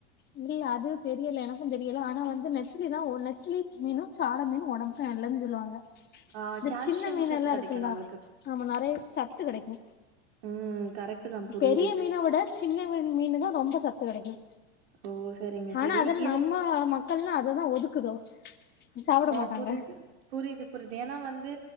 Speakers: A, on the left; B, on the right.
A: இல்லயா அது தெரில எனக்குந் தெரில ஆனா வந்து நெத்திலிதா நெத்திலி மீனு சால மீனு ஒடம்பு க்கு நல்லதுன் சொல்வாங்க
B: ஆ
A: இந்த
B: கால்சியம்
A: சின்ன மீனெல்லா
B: சத்து கெடைக்கும்
A: இருக்கல்லா
B: நம்மளுக்கு.
A: ஆமா நெறைய சத்து கெடைக்கு
B: ம் கரெக்ட்டு தான் புரியுது.
A: பெரிய மீன விட சின்ன மீன் மீனுதா ரொம்ப சத்து கெடைக்கு
B: ஓ! சரிங்க
A: ஆனா
B: சரி.
A: அதெல்
B: இர
A: நம்ம மக்கள்லா அதுதா ஒதுக்குதோ சாப்ட
B: ஆ
A: மாட்டாங்க
B: புரிது புரிது புரிது ஏனா வந்து